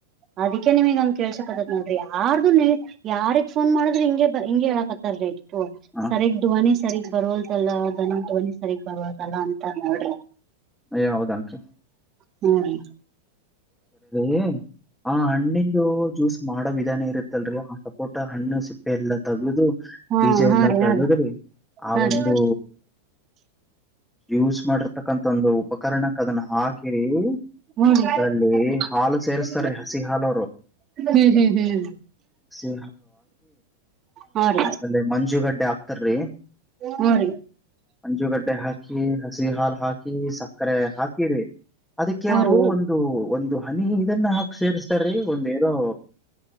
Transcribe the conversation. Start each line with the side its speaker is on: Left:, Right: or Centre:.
Right: ಅದಿಕ್ಕೆ ನಿಮಗ್ ಹಂಗ ಕೇಳ್ಸಕ್ದತ್ ನೋಡ್ರಿ ಯಾರ್ದು ನಿ ಯಾರಿಗ್ ಫೋನ್ ಮಾಡುದ್ರೆ ಹಿಂಗಗೆ ಹಿಂಗಗೆ ಹೇಳಾಕತ್ತಾರೀ
Centre: ಹ
Right: ಸರಿಯಗ್ ಧವನಿ ಸರಿಗ್ ಬರವಲ್ದಲ್ಲಾಧ್ವನಿ ಧ್ವಿ ಸಗ್ ಬರವದಲ್ಲ ಅಂತ ನೋಡ್ರಿ
Centre: ಏ ಹೌದನ್ರರಿ
Right: ಹ್ಮ್
Centre: ೀ ಆ ಹಣ್ಣಿಂದು ಜ್ಯೂಸ್ ಮಾಡೋ ವಿಧಾನ ಇರುತ್ತಲ್ರಿ ಆ ಪಊಟ ಹಣ್ಣು ಸಿಪ್ಪೆ ಎಲ್ಲ ತಗದು
Right: ಹ್ಮ
Centre: ಬೀಜ
Right: ರೀ ಹಾ ಹಾ
Centre: ಎಲ್ಲ
Right: ರೀ ಹಾ
Centre: ತಗದ್ರಿ
Right: ರೀ
Centre: ಆ
Right: ಹಾ
Centre: ಒಂದು
Right: ರೀ
Centre: ಯೂಸ್ ಮಾಡಿರ್ತಕ್ಕಂ ಒಂದು ಉಪಕರಣಕ್ಕ ಅದನ್ನ ಹಾಕಿರಿ
Right: ಮಬ ಹ್ಮ್
Centre: ಅದ್ರಲ್ಲಿ ಹಾಲು ಸೇರಿಸಸ್ತಾರೀ ಹಸಿ ಹಾಲು ಅವರು
Right: ಹ್ಮ್ ಹ್ಮ್
Centre: ಹಸಿ
Right: ಹಾ ರೀ
Centre: ಅಲ್ಲೇ ಮಂಜುಗಡ್ಡೆ ಹಾಕ್ತಾರೀ
Right: ಹಾ ರೀ
Centre: ಮಂಜುಗಡ್ಡೆ ಹಾಕಿ ಹಸಿ ಹಾಲು ಹಾಕಿ ಸಕ್ಕರೆ ಹಾಕಿರಿ ಅದಕ್ಕೆ
Right: ಹ್ಮ್
Centre: ಅವರು
Right: ರೀ
Centre: ಒಂದು ಒಂದು ಮನಿ ಇದನ್ನ ಹಾಕ್ ಸೇರ್ಸ್ತ ರೀ ಒಂದೇನೋ